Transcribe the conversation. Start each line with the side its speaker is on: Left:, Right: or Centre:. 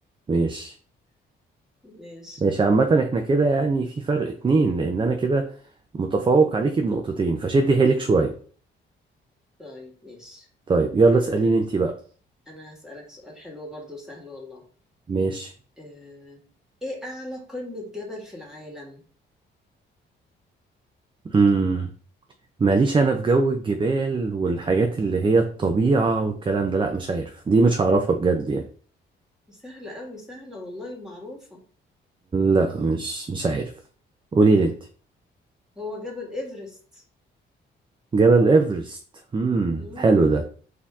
Right: ماشي
Centre: ماشي
Right: ماشي عامة احنا كده يعني في فرق اتنين لان انا كده متفوق عليكي بنقطتين فشدي حيلك شوية
Centre: طيب ماشي
Right: طيب يلا اسأليني
Centre: آه
Right: انتي بقى
Centre: أنا هسألك سؤال حلو برضو سهل والله
Right: ماشي
Centre: آه إيه أعلى قمة جبل في العالم؟
Right: امم ماليش انا في جو الجبال والحاجات اللي هي الطبيعة والكلام ده لا مش عارف دي مش هعرفها بجد يعني
Centre: سهلة أوي سهلة والله ومعروفة
Right: لا مش مش عارف قولي لي انتي
Centre: هو جبل إيفرست
Right: جبل ايفرست امم
Centre: مم.
Right: حلو ده